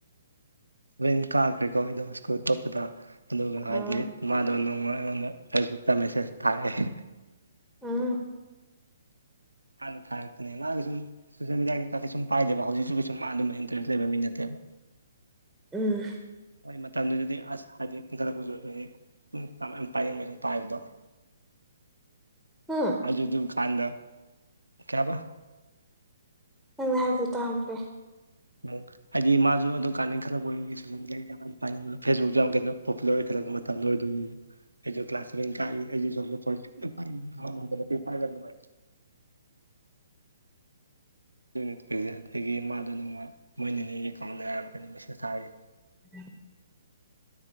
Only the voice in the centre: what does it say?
ꯑꯥ
ꯎꯝ
ꯎꯝ
ꯍꯨꯝ
ꯅꯪꯅ ꯍꯥꯏꯕꯗꫭ ꯇꯥꯍꯧꯗ꯭ꯔꯦ
<unintelligible>